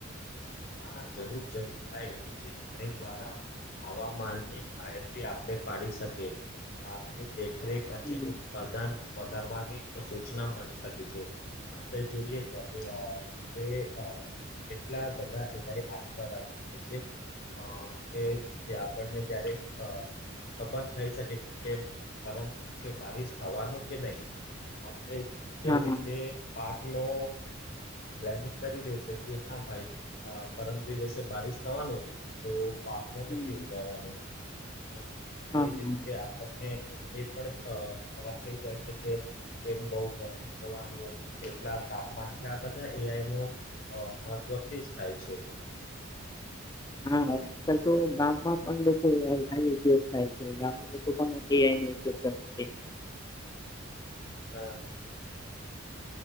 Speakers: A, on the left; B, on the left.
A: હા જરૂર જરૂર ભાઈ આજેાઈ દ્વારા. હવામાનની માહિતી આપણે પાડી શકીએ પાકની દેખરેખ અને
B: હમ
A: અદન વધારવાની સૂચના મળી શકે છે. આપે જોઈએ તો આપે રા હવે અ કેટલા બધા. બ એઆઇ આવીકે છે અ કે આપણને જયારે અ ખબર થઈ શકે કે પરમ દિવસે બારિશ થવાનું કે નહી. આપણે
B: હા
A: એ રીતે પાક નો. પ્લેનિંગ કરી દેશે કે હા ભાઈ અ પરમ દિવસે બારિશ થવાનું તો મે
B: હમ
A: નથી ઉગાવાનું તો
B: હા
A: એજ
B: હા
A: રીતે આપ. આપને એ પણ અ વાત થઈ જાય છે, કે. એમ બઉ ગરમી હોવાનું કેટલા તાપમાન છે. બધા એઆઈ નો અ મહત્વથી જ થાય છે.
B: <unintelligible> આજકલ તો ગામમાં પણ લોકો એઆઇ ઉપયોગ થાય છે, ગામમાં લોકો પણ એઆઇ ઉપયોગ કરે. એક.
A: હા.